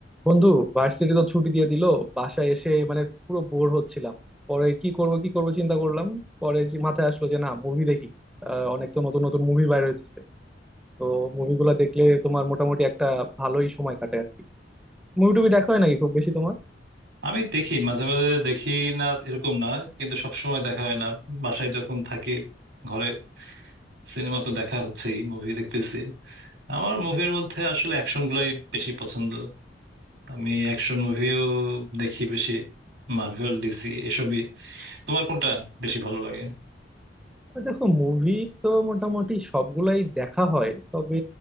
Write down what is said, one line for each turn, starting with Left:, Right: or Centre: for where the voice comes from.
Centre: বন্ধু ভার্সিটি তো ছুটি দিয়ে দিল বাসায় এসে মানে পুরো বোর হচ্ছিলাম পরে কি করব কি করব চিন্তা করলাম পরে যে মাথায় আসলো যে না মুভি দেখি আহ, অনেক তো নতুন নতুন মুভি বাইর হয়েছে তো মুভিগুলা দেখলে তোমার মোটামুটি একটা ভালোই সময় কাটে আর কি মুভি টুভি দেখা হয় নাকি খুব বেশি তোমার
Right: আমি দেখি মাঝে মাঝে দেখি না এরকম না কিন্তু সব সময় দেখা হয় না বাসায় যখন থাকি ঘরে সিনেমা তো দেখা হচ্ছেই মুভি দেখতেছি আমার মুভির মধ্যে আসলে অ্যাকশন গুলাই বেশি পছন্দ আমি অ্যাকশন মুভিও দেখি বেশি মার্ভেল ডিসি এসবই তোমার কোনটা বেশি ভালো লাগে
Centre: আহ, দেখো মুভি তো মোটামুটি সবগুলাই দেখা হয় তবে